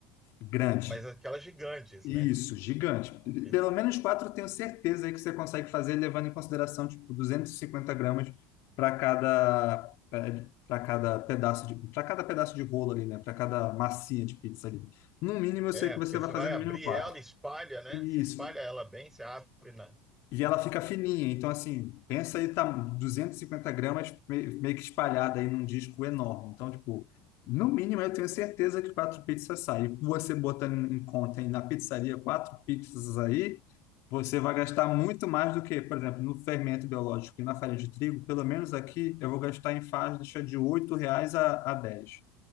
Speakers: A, on the left; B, in the centre.
A: Grande.
B: mas aquelas gigantes,
A: Isso,
B: né?
A: gigante.
B: E-
A: Pelo menos quatro eu tenho certeza aí que você consegue fazer, levando em consideração, tipo, 250 gramas para cada, para cada pedaço de, para cada pedaço de rolo ali, né? Para cada massinha de pizza ali. No mínimo, eu
B: É,
A: sei que
B: porque
A: você vai
B: você
A: fazer
B: vai
A: no
B: abrir
A: mínimo quatro.
B: ela, espalha, né?
A: Isso.
B: Você espalha ela bem, você abre na,
A: E ela fica fininha, então assim, pensa aí, tá 250 gramas me- meio que espalhada aí num disco enorme. Então, tipo, no mínimo eu tenho certeza que quatro pizzas saem. E Você botando em conta aí na pizzaria quatro pizzas aí, você vai gastar muito mais do que, por exemplo, no fermento biológico e na farinha de trigo, pelo menos aqui eu vou gastar em faixa de 8 reais a, a 10.